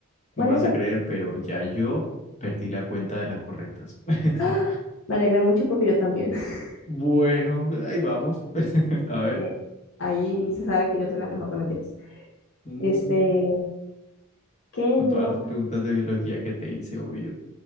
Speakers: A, on the left; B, on the left.
A: ¿Cuál
B: No me
A: es
B: vas
A: el...
B: a creer, pero ya yo perdí la cuenta de las correctas. <laughs>
A: ¡Ah! Me alegra mucho porque yo también. <laughs>
B: Bueno, ahí vamos. <laughs> A ver.
A: Eh, ahí se sabe que yo soy la mejor, no mentiras.
B: Mm,
A: Este, que
B: con
A: no,
B: todas las preguntas de biología que te hice, obvio.